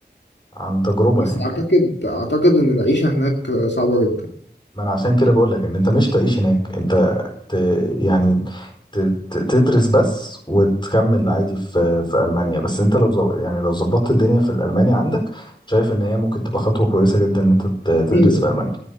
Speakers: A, on the left (about 25°); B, on the left (about 80°).
A: عن تجربة
B: بس
A: يعني
B: اعتقد اعتقد ان العيشة هناك صعبة جدا
A: ما انا عشان كده بقول لك ان انت مش تعيش هناك انت ت... يعني ت... ت- تدرس بس وتكمل عادي في في المانيا بس انت لو زو... يعني لو ظبطت الدنيا في الالماني عندك شايف ان هي ممكن تبقى خطوه كويسه جدا ان انت ت- تدرس
B: ايوه
A: في المانيا